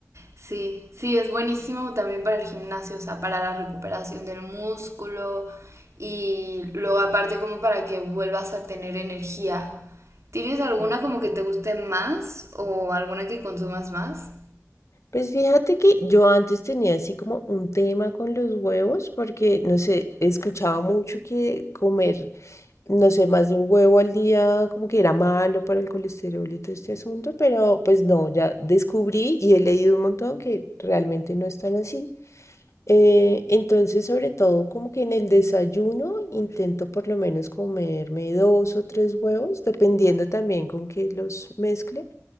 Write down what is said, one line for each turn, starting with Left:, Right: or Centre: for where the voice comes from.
Right: Sí, sí, es buenísimo también para el gimnasio, o sea, para la recuperación del músculo y luego aparte como para que vuelvas a tener energía. ¿Tienes alguna
Left: Tal
Right: como
Left: cual.
Right: que te guste más o alguna que consumas más?
Left: Pues fíjate que yo antes tenía así como un tema con los huevos porque, no sé, escuchaba mucho que comer no sé, más de un huevo al día, como que era malo para el colesterol y todo este asunto, pero pues no, ya descubrí y he leído un montón que realmente no es tan así. Eh, entonces, sobre todo, como que en el desayuno intento por lo menos comerme dos o tres huevos, dependiendo también con qué los mezcle.